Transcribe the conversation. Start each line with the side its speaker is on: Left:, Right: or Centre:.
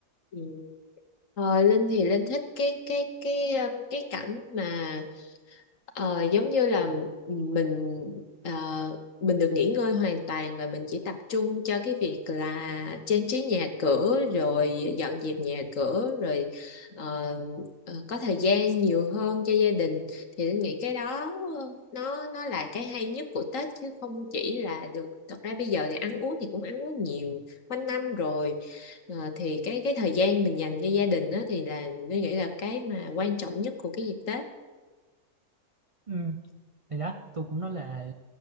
Left: Ừ. Ờ, Linh thì Linh thích cái cái cái um, cái cảnh mà Ờ, giống như là mình ờ, mình được nghỉ ngơi hoàn toàn và mình chỉ tập trung cho cái việc là trang trí nhà cửa rồi dọn dẹp nhà cửa rồi ờ, ờ, có thời gian nhiều hơn cho gia đình thì Linh nghĩ cái đó ờ, nó nó là cái hay nhất của Tết chứ không chỉ là được thật ra bây giờ thì ăn uống thì cũng ăn uống nhiều quanh năm rồi Ờ, thì cái cái thời gian mình dành cho gia đình đó thì là Linh nghĩ là cái mà quan trọng nhất của cái dịp Tết
Right: Ừ, thì đó tôi cũng nói là